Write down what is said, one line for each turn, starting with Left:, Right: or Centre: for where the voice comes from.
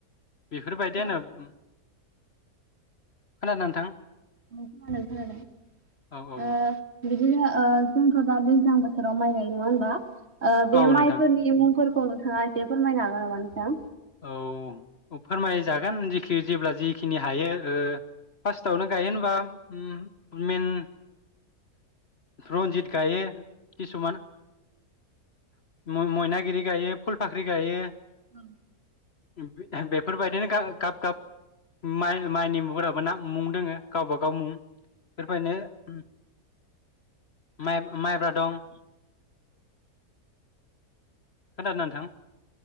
Left: बेफोर बायदियानो
Right: औ
Left: उम। खोनादों नोंथां?
Right: औ खोनादों खोनादों
Left: औ औ
Right: ओ बिद दिनो ओ जोंथ दा दैज्लां बोथोराव माइ गायो नङा होनबा? ओ बे
Left: औ
Right: माइफोरनि
Left: नोंथां
Right: मुंफोरख खौ नोंथाङा एसे फोरमायनो हागोन नामा नोंथां?
Left: औ औ फोरमायजागोन जेखि ज जेब्ला जिख खिनि हायो ओ फार्स्टआवनो गायो होनबा ओम मेन रनजित गायो। किसुमान मय-मयनागिरि गायो फुल फाख्रि गायो।
Right: औ।
Left: उम बे बेफोरबायदिनो गा-गाब गाब माइ-माइनि मुंफोराबो ना मुं दोङो गावबागाव मुं बेफोरबायदिनो उम माइब-माइब्रा दं। खोनादों ना नोंथां?